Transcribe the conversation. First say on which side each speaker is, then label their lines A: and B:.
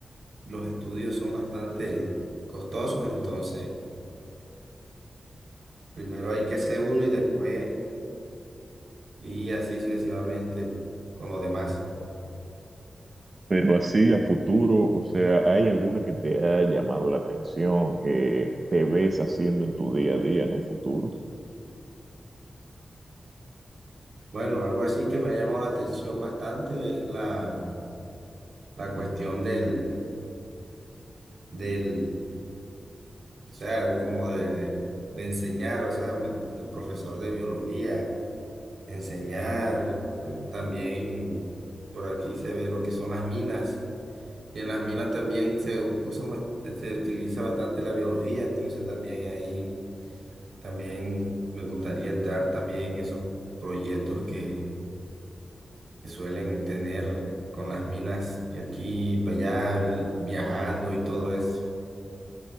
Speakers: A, on the right (about 75°); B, on the right (about 45°).
A: los estudios son bastante costosos, entonces primero hay que hacer uno y después y así sucesivamente con los demás.
B: Pero así a futuro, o sea, ¿hay alguna que te ha llamado la atención, que te ves haciendo en tu día a día en un futuro?
A: Bueno, algo así que me ha llamado la atención bastante es la, la cuestión del, del O sea, como de, de enseñar, o sea, me- el profesor de biología, enseñar, también por aquí se ve lo que son las minas, y en las minas también se usan, bas- se utiliza bastante la biología, entonces también ahí, también me gustaría entrar también en esos proyectos que, que suelen tener con las minas, y aquí, para allá, el- viajando y todo eso.